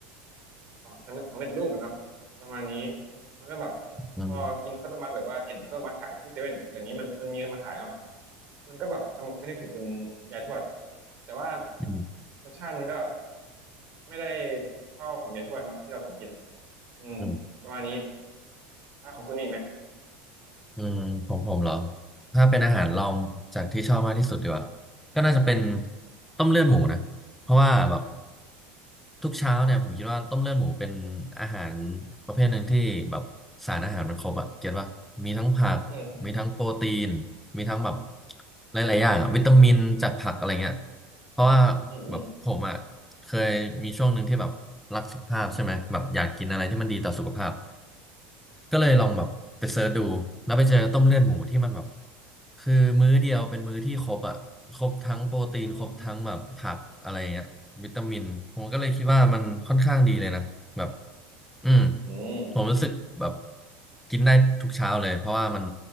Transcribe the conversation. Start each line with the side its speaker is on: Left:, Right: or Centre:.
Right: ของสำเร็จสำเร็จรูปอะเนาะประมาณนี้มันก็แบบ
Centre: อืม
Right: พอกินข้าวต้มมัดหรือว่าเห็นข้าวต้มมัดขายที่เซเว่นเดี๋ยวนี้มันมันมีมาขายเนาะมันก็แบบทำให้นึกถึงคุณยายทวดแต่ว่า
Centre: อืม
Right: รสชาติมันก็แบบไม่ได้เท่าของยายทวดเนาะที่เราผมกินอะอืมประมาณนี้
Centre: อืม
Right: ถ้าของคุณมีอีกไหม
Centre: อืมของผมเหรอถ้าเป็นอาหารลองจากที่ชอบมากที่สุดดีกว่าก็น่าจะเป็นต้มเลือดหมูนะเพราะว่าแบบ ทุกเช้าเนี่ยผมคิดว่าต้มเลือดหมูเป็นอาหารประเภทหนึ่งที่แบบสารอาหารมันครบอะเก็ตว่ามีทั้งผักมีทั้งโปรตีนมีทั้งแบบ
Right: อืม
Centre: หลายๆอย่างอะวิตามินจากผักอะไรเงี้ย
Right: อืม
Centre: เพราะว่า
Right: อืมอืม
Centre: แบบผมอะเคยมีช่วงหนึ่งที่แบบรักสุขภาพใช่ไหมแบบอยากกินอะไรที่มันดีต่อสุขภาพก็เลยลองแบบไปเสิร์ชดูแล้วไปเจอต้มเลือดหมูที่มันแบบ คือมื้อเดียวเป็นมื้อที่ครบอ่ะครบทั้งโปรตีนครบทั้งแบบผักอะไรเงี้ยวิตามินผมก็เลยคิดว่ามันค่อนข้างดีเลยนะแบบ
Right: อืม
Centre: อืม
Right: อืม
Centre: ผมรู้สึกแบบกินได้ทุกเช้าเลยเพราะว่ามัน